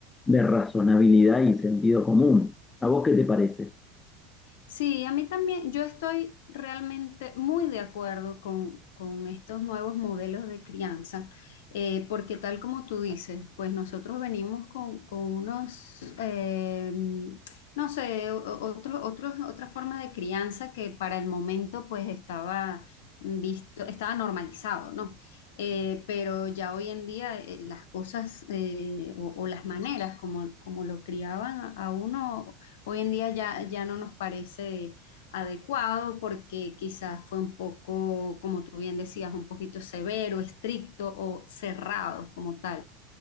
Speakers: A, on the left; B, on the left.
A: de razonabilidad y sentido común. ¿A vos qué te parece?
B: Sí, a mí también, yo estoy realmente muy de acuerdo con, con estos nuevos modelos de crianza, eh, porque tal como tú dices, pues nosotros venimos con, con unos, eh, no sé, o- o- otro- otros- otra forma de crianza que para el momento pues estaba visto, estaba normalizado, ¿no? Eh, pero ya hoy en día eh, las cosas eh, o, o las maneras como, como lo criaban a, a uno Hoy en día ya, ya no nos parece adecuado porque quizás fue un poco, como tú bien decías, un poquito severo, estricto o cerrado como tal.